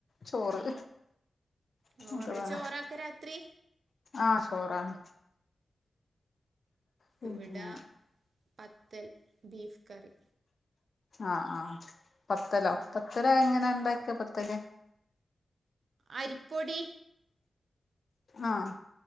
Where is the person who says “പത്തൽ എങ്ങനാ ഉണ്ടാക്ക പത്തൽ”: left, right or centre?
Left